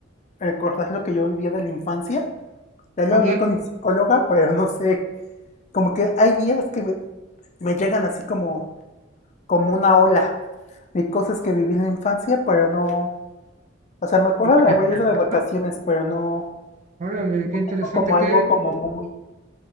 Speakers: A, on the left (about 35°); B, on the right (about 40°).
A: recordar lo que yo vivía de la infancia. Ya lo
B: Ok.
A: hablé con mi psicóloga, pero no sé. Como que hay días que me, me llegan así como, como una ola de cosas que viví en la infancia, pero no. O sea, me acuerdo
B: Perfecto.
A: de haber ido de vacaciones, pero no,
B: Órale,
A: no
B: qué interesante.
A: tengo como algo
B: ¿Qué,
A: como muy